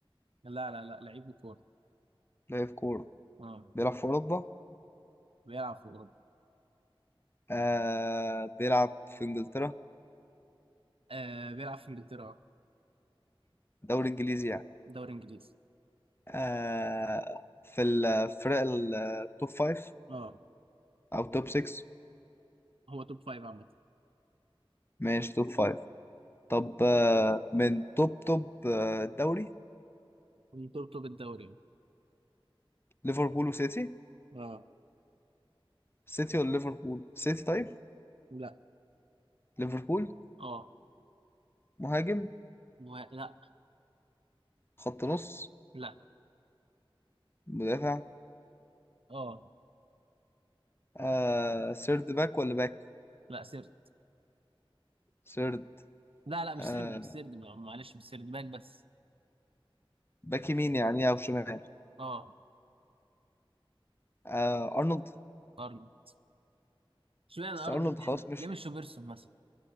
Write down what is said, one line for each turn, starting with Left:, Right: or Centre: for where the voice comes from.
Right: لا لا لا لعيب كوره
Left: لاعب كوره
Right: اه
Left: بيلعب في اوروبا
Right: بيلعب في اوروبا
Left: آه... بيلعب في انجلترا
Right: آه بيلعب في انجلترا اه
Left: دوري انجليزي يعني
Right: دوري انجليزي
Left: آه في الفرق التوب فايف
Right: اه
Left: أو توب 6
Right: هو توب فايف عامة
Left: ماشي توب فايف طب آه من توب توب آه، دوري
Right: ترتب بالدوري يعني.
Left: ليفربول وسيتي
Right: اه
Left: سيتي ولا ليفربول سيتي طيب
Right: لا
Left: ليفربول
Right: اه
Left: مهاجم
Right: و... لا
Left: خط نص
Right: لا
Left: مدافع
Right: اه
Left: آه سيرد باك ولا باك
Right: لا سرد
Left: سيرد
Right: لا لا مش
Left: آه
Right: سرد مش سرد ما- معلش مش سرد باك بس
Left: باك يمين يعني أو شمال
Right: اه
Left: آه أرنولد
Right: ارنولد اشمعنى
Left: بس
Right: ارنولد
Left: أرنولد خلاص
Right: يعني
Left: مشي
Right: ليه مش روبرتسون مثلا